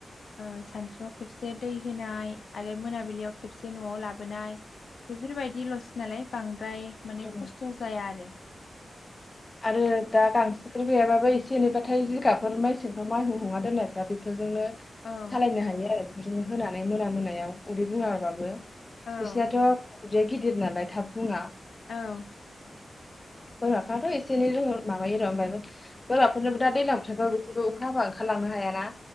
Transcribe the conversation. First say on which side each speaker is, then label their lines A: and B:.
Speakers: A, on the left; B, on the left.
A: ओ सानसुआव खेबसे दै होनाय आरो मोनाबिलियाव खेबसे न'आव लाबोनाय बेफोरबायदि लसो नालाय बां फ्राय माने
B: औ
A: खस्थ' जाया आरो
B: आरो दा गांसोफोर गैयाबाबो एसे एनैबाथाय जिगाबफोर माइसेंफोर माइ हुं हुंना दोननायफ्रा बेफोरजोंनो
A: औ
B: सालायनो हायो आरो नो होनानै मोना मोनायाव उदै बुङाबाबो
A: औ
B: बिसिनाथ' उदैया गिदिर नालाय थाब बु
A: औ औ
B: बोरमाफ्राथ' एसे एनै रोङो माबायो र' ओमबाबो बोरमाफोरनोबो दा दैलां बोथोरफ्राव बिसोरबो अखा हाबा ओंखारलांनो हायाना